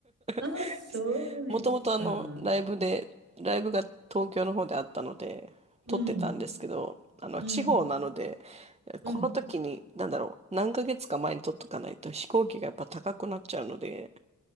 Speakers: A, on the right; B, on the right.
A: あ、
B: <laughs>
A: そうですか。
B: もともとあの、ライブで、ライブが東京の方であったので、
A: うん。
B: 撮ってたんですけど、あの、
A: うん。
B: 地方なので、
A: うん。
B: この時に、なんだろう、何ヶ月か前に撮っとかないと飛行機がやっぱ高くなっちゃうので、